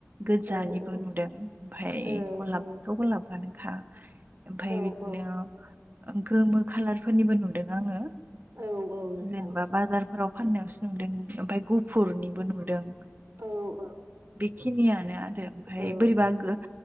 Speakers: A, on the right; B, on the right.
A: गोजानिबो
B: औ औ
A: नुदों ओमफाय
B: औ औ
A: ग'लाबथ' ग'लाबानोखा ओमफाय
B: औ
A: बिदनो
B: औ
A: गोमो खालारफोरनिबो नुदों आङो
B: औ औ नोंथां
A: जेनेबा बाजारफोराव फाननायावसो नुदों ओमफाय गुफुरनिबो नुदों
B: औ औ
A: बेखिनियानो आरो ओमफाय
B: औ
A: बोरैबा गो